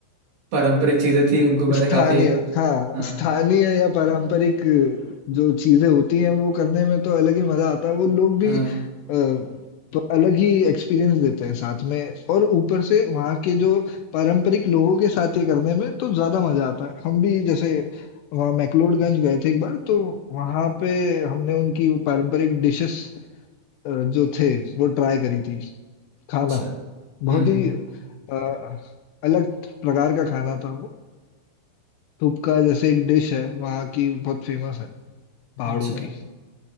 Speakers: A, on the right (about 65°); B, on the left (about 80°).
A: पारंपरिक चीजें थी उनको मैंने
B: स्थानीय
A: काफी
B: हाँ,
A: हाँ
B: स्थानीय या पारंपरिक जो चीज़ें होती हैं, वो करने में तो अलग ही मज़ा आता है। वो लोग
A: हाँ
B: भी अ, तो अलग ही एक्सपीरियंस देते हैं साथ में और ऊपर से वहाँ के जो पारंपरिक लोगों के साथ ये करने में तो ज़्यादा मज़ा आता है। हम भी जैसे वहाँ मैक्लोडगंज गए थे एक बार, तो वहाँ पे हमने उनकी वो पारंपरिक डिशेज़ अ, जो थे, वो ट्राई करी थी, खाना।
A: अच्छा हम्म
B: बहुत
A: हम्म,
B: ही अ, अलग प्रकार का खाना था वो। थुपका जैसे एक डिश है वहाँ की बहुत फेमस है पहाड़ों
A: अच्छा
B: की